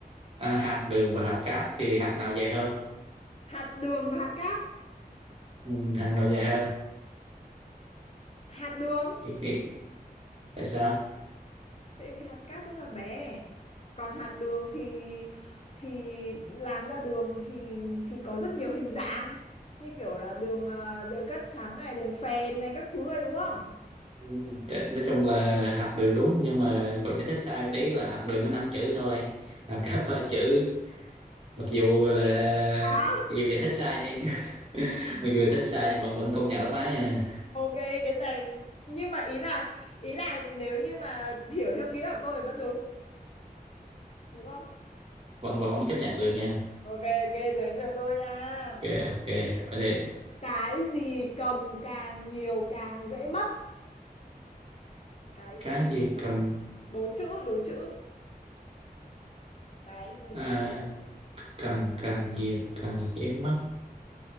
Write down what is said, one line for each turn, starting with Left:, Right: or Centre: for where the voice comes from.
Right: à,
Left: Ờ,
Right: hạt đường và hạt cát thì hạt nào dài hơn
Left: hạt đường và hạt cát
Right: ừ, hạt nào dài hơn
Left: hạt đường
Right: nghĩ nghĩ tại sao
Left: tại vì hạt cát rất là bé còn hạt đường thì thì làm ra đường thì thì có rất nhiều hình dạng như kiểu là đường ờ, đường cát trắng này đường phèn này các thứ này đúng không
Right: Ừ, tr- nói chung là hạt đường đúng nhưng mà cậu giải thích sai tí là hạt đường có 5 chữ thôi là cả ba chữ mặc dù là
Left: À,
Right: mặc dù giải thích sai nhưng <laughs> mặc dù giải thích sai nhưng vẫn vẫn công nhận đáp án nha
Left: ok cái này nhưng mà ý là ý là nếu như mà hiểu theo nghĩa của tôi thì vẫn đúng đúng không
Right: vẫn vẫn vẫn chấp nhận được nha
Left: ok ok đến lượt tôi nha
Right: ok ok ở đây
Left: cái gì cầm càng nhiều càng dễ mất cái
Right: cái
Left: gì
Right: gì
Left: cầm
Right: cầm
Left: đố chữ đố chữ cái gì
Right: à, cầm càng nhiều càng dễ mất